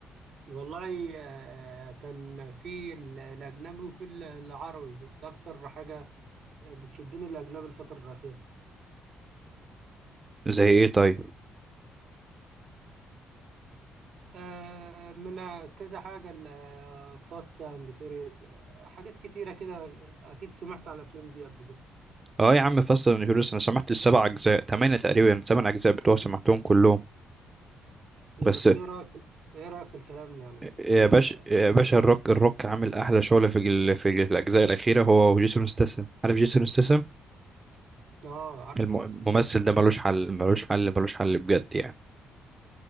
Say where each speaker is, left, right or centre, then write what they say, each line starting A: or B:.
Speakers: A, on the right; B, on the right.
A: والله آه، كان في ال- الاجنبي وفي ال- العربي بس اكتر حاجه بتشدني الاجنبي الفتره الاخيره
B: زي ايه طيب
A: آه، من كذا حاجة فاست اند فيريوس حاجات كتيرة كده أكيد سمعت عن الأفلام دي قبل كده
B: اه يا عم فاست اند فيوريوس انا سمعت السبع اجزاء تمانية تقريبا سبع اجزاء بتوع سمعتهم كلهم
A: إيه
B: بس
A: بس إيه رأيك إيه رأيك في الكلام يعني
B: يا
A: ولا
B: باشا
A: إيه؟
B: يا باشا الروك الروك عامل احلى شغل في ال... في الاجزاء الاخيره هو وجيسون ستاثام عارف جيسون ستاثام
A: آه عارفه
B: الم- الممثل ده ملوش حل ملوش حل ملوش حل بجد يعني